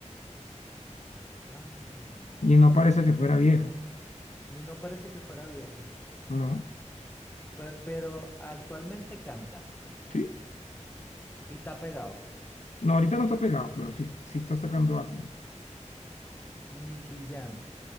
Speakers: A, on the left; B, on the left.
A: Arcángel, no.
B: Y no parece que fuera viejo.
A: Ni no parece que fuera viejo.
B: No.
A: Pe- Pero, actualmente canta
B: Sí,
A: y está pegado.
B: no, ahorita no está pegado, pero sí, sí está sacando álbum.
A: Nicky Jam.